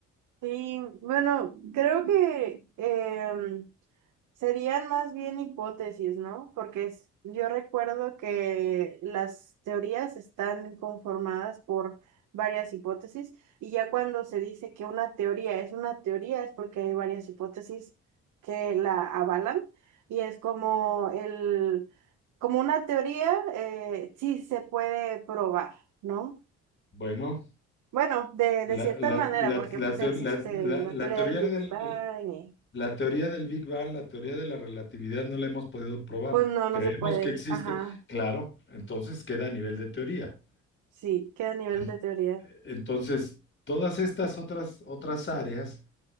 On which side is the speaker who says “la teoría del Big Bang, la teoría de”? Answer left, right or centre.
Left